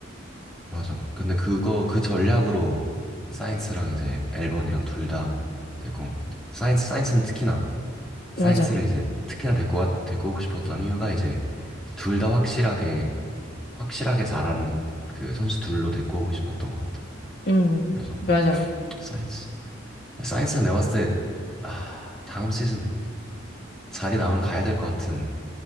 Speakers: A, in the centre; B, on the left.
A: 맞아. 맞아. 근데 그거 그 전략으로 사이언스랑 이제 앨범이랑 둘 다 데리고 온 것 같아. 사이언스 사이언스는 특히나 사이언스를
B: 맞아.
A: 이제 특히나 데리고 와- 데리고 오고 싶었던 이유가 이제 둘 다 확실하게 확실하게 잘한 그 선수 둘로 데리고 오고 싶었던 것 같아.
B: 음,
A: 그래서
B: 맞아.
A: 사이언스 사이언스는 내가 봤을 때 아, 다음 시즌 자리 남은 가야 될 것 같은